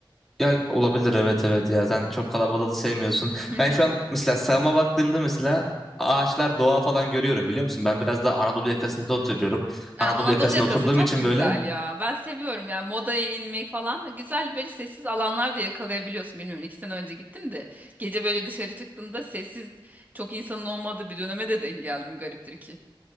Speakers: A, in the centre; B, on the right.
A: Ya olabilir evet evet ya sen çok kalabalığı sevmiyorsun.
B: <laughs>
A: Ben şu an mesela sağıma baktığımda mesela ağaçlar doğa falan görüyorum biliyor musun? Ben biraz daha Anadolu yakasında oturuyorum.
B: Ha,
A: Anadolu
B: Anadolu
A: yakasında
B: yakası
A: oturduğum
B: çok
A: için
B: güzel
A: böyle
B: ya. Ben seviyorum yani modaya inmek falan. Güzel böyle sessiz alanlar da yakalayabiliyorsun. Bilmiyorum iki sene önce gittim de gece böyle dışarı çıktığımda sessiz çok insanın olmadığı bir döneme de denk geldim gariptir ki.